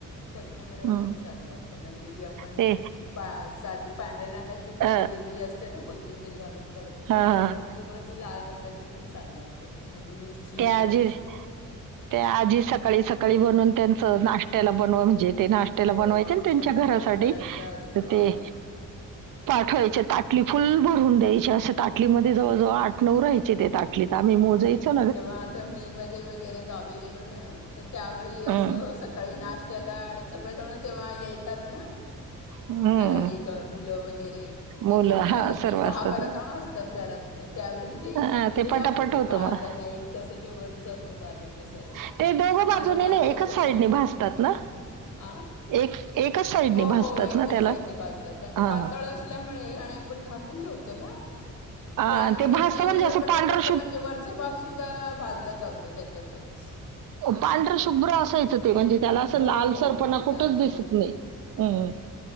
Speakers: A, on the left (about 60°); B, on the right (about 75°).
A: चटणी बरोबर
B: हं.
A: पण छान लागत म्हणजे जी आपण
B: ते
A: पा साध. पांढर्या रंगाची पण
B: अ,
A: हिरवी असते ना कोथिंबीर घालून करतो
B: हां.
A: तशी पण किंवा. ती लाल रंगाची पण छान लागते. म्हणजे मिरची
B: त्या आजी.
A: आणि
B: ते आजी सकाळी सकाळी बनून त्यांच नाश्त्याला बनवा म्हणजे. ते नाश्त्याला
A: हो
B: बनवायचे
A: आमच्याकडे
B: आणि त्यांच्या घरासाठी
A: पण बऱ्याचदा असतं
B: तर
A: गाणं
B: ते. पाठवायच्या ताटली फुल भरून द्यायची असे ताटलीमध्ये जवळजवळ आठ नऊ राहायचे ते ताट. आम्ही मोजाचो.
A: हां जेव्हा आता मे मध्ये वगैरे गावी गेलो ना तर त्यावेळी
B: हं.
A: असं सकाळी नाश्ता. त्याला आणि सगळे जण तेव्हा येतात ना.
B: हं.
A: नाही हे दहा मुलं वगैरे त्याच्यामुळे
B: मुलं हां,
A: अगदी
B: सर्व
A: दहा
B: असतात.
A: बारा जण असतात घरात म. त्यावेळी इथे
B: हां,
A: किती वेळ
B: ते पटापट
A: लागतो
B: होतं
A: बाजारला
B: मग.
A: एक तासाच्या वर जातो बाजार तासायला....
B: ते दोघं
A: माझं
B: बाजूने
A: काांतेत
B: नाही एकाच
A: असायचं
B: साईडने भासतात ना
A: आ. री
B: एक एकाच साईडने
A: हो
B: भासतात
A: हो एकच
B: ना त्याला
A: साईडने भाजतात कारण ते
B: हा
A: पातळ
B: हा.
A: असल्यामुळे आणि आपण झाकून ठेवतो. तो ना....
B: अ
A: त्यामुळे
B: ते भस्त
A: ती
B: म्हणजे असं
A: पटापट
B: पांढर.
A: म्हणजे वरचा भाग सुद्धा भाजला जातो त्याच्यातच.
B: पांढर शुभ्र असायचं ते म्हणजे त्याला असं
A: हो
B: लाल
A: हो
B: सरपणा कुठंच
A: तांदूळ
B: दिसत नाही. हम्म